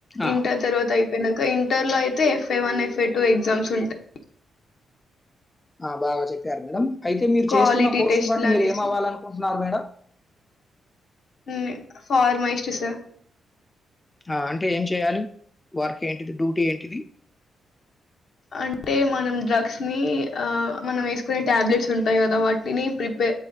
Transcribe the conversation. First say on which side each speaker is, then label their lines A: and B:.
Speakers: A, on the left; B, on the left.
A: ఆ,
B: ఇంటర్‌ తర్వాత అయి పోనాక ఇంటర్ లో అయితే FA one FA two exams ఉంటాయి
A: ఆ బాగా చెప్పారు మేడం అయితే మీరు
B: క్వాలిటీ
A: చేస్తున్న కోర్సును
B: టెస్ట్లు
A: బట్టి
B: అనేసి
A: మీరు ఏమ అవ్వాల అనుకుంటున్నారు మేడం
B: ఉంది పార్మా ఇష్టస
A: ఆ అంటే ఏం చెయాలి వర్క్ ఏంటిది డ్యూటీ ఏంటిది
B: అంటే మనం డ్రగ్స్ ని ఆ మనం వేసుకునే టాబ్లెట్స్ ఉంటాయి కదా వాటిని ప్రిపే